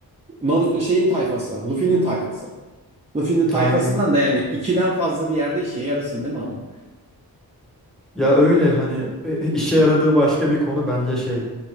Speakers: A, on the right (about 15°); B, in the centre.
A: Naruto şeyin tayfası, Luffy'nin tayfası. Luffy'nin tayfasından
B: Aynen.
A: da yani ikiden fazla bir yerde işe yarasın değil mi ama?
B: Ya öyle hani e, e, işe yaradığı başka bir konu bence şey